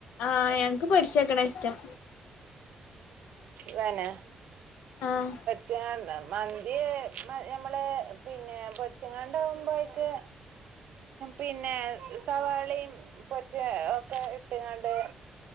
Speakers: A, on the left; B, on the right.
A: ആഹ ഞങ്ങക്ക് പൊരിശ വക്കണ ഇഷ്ടം.
B: വേനെ
A: ആഹ
B: ആ മന്തി നഞമ്മള് പിന്നെ പൊരിച്ചു ങ്ങാണ്ട ആവുമ്പോ അയിക്ക് പിന്നെ സവാളിയും പൊരിച്ച് ഒക്കെ ഇട്ട്ങ്ങണ്ട്